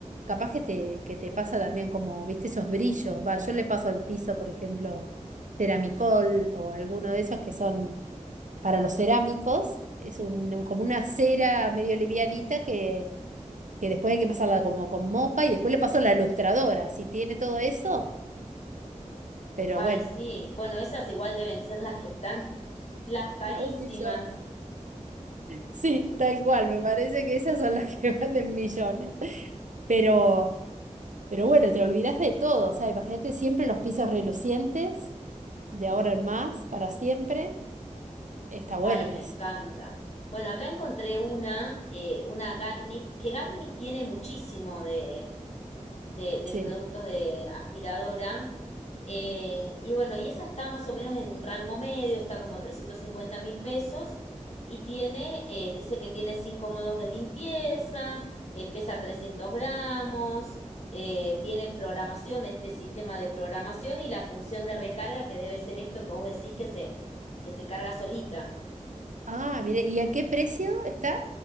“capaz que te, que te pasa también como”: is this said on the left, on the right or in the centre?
Right